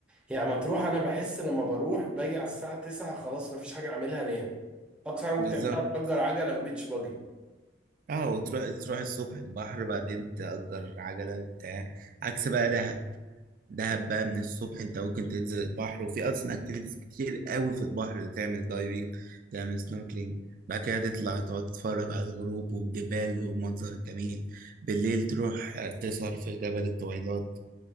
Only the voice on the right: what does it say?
بالظبط
اه وتروح تروح الصبح البحر بعدين تأجر عجله وبتاع عكس بقى دهب دهب بقى من الصبح انت ممكن تنزل البحر وفي اصلا اكتيفيتيز كتير قوي في البحر تعمل دايفنج تعمل سنوركلينج بعد كده تطلع تقعد تتفرج على الغروب والجبال والمنظر الجميل بالليل تروح آه، تسهر في جبل الطويلات